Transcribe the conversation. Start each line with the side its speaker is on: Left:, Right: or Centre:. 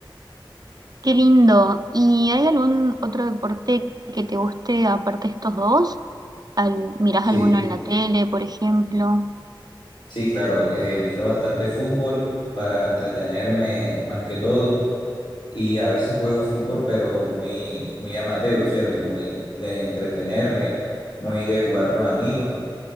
Right: Qué lindo. ¿Y hay algún otro deporte que te guste aparte de estos dos? ¿Al, mirás
Left: Sí,
Right: alguno en la tele, por ejemplo?
Left: sí, claro, eh, miro bastante fútbol para entretenerme más que todo y a veces juego fútbol, pero muy, muy amateur, ¿cierto? Muy de entretenerme, muy de jugar con amigos.